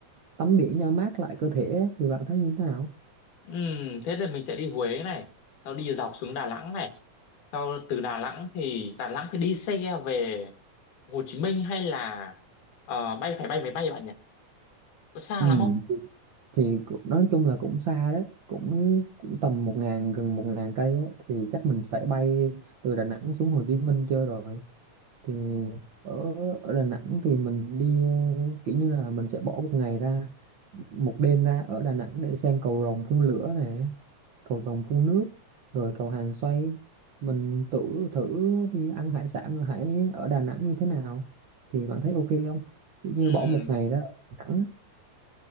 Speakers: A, on the right; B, on the left.
A: tắm biển cho mát lại cơ thể á. thì bạn thấy như thế nào?
B: Ừm, thế là mình sẽ đi Huế này sau đi dọc xuống Đà Nẵng này sau từ Đà Nẵng thì Đà Nẵng thì đi xe về Hồ Chí Minh hay là ờ, bay phải bay máy bay bạn nhỉ có xa
A: Ừ,
B: lắm không
A: thì cũng- nói chung là cũng xa đấy cũng, cũng tầm một ngàn gần một ngàn cây á thì chắc mình phải bay từ Đà Nẵng xuống Hồ Chí Minh chơi rồi thì ở ở Đà Nẵng thì mình đi ờ, kiểu như là mình sẽ bỏ một ngày ra một đêm ra ở Đà Nẵng để xem cầu rồng phun lửa nè cầu rồng phun nước rồi cầu hàng xoay mình tự thử đi ăn hải sản ở hải ở Đà Nẵng như thế nào thì bạn thấy ok không kiểu như
B: ừ,
A: bỏ một ngày ra ở Đà Nẵng